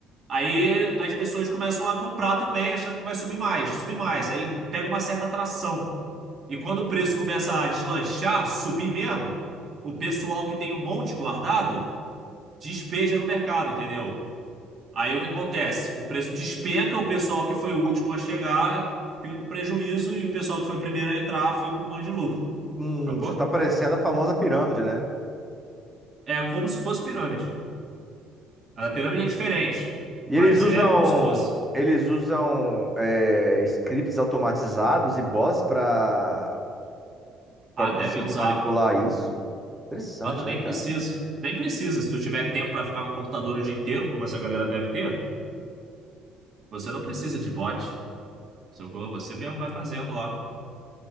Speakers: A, on the right (about 45°); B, in the centre.
A: Aí as pessoas começam a comprar também, achando que vai subir mais, subir mais. Aí pega uma certa atração. E quando o preço começa a deslanchar, subir mesmo, o pessoal que tem um monte guardado despeja no mercado, entendeu? Aí o que acontece? O preço despenca, o pessoal que foi o último a chegar fica com prejuízo e o pessoal que foi o primeiro a entrar fica com um monte de lucro,
B: Hum,
A: sacou?
B: isso tá parecendo a famosa pirâmide, né?
A: É como se fosse pirâmide. A pirâmide é diferente,
B: E
A: mas
B: eles usam,
A: é como se fosse.
B: eles usam é, scripts automatizados e bots para para
A: Ah,
B: conseguir
A: devem usar,
B: manipular isso. Interessante,
A: mas tu nem
B: né, cara?
A: precisa. Nem precisa. Se tu tiver tempo pra ficar no computador o dia inteiro, como essa galera deve ter, você não precisa de bot. Socorro, você mesmo vai fazendo lá.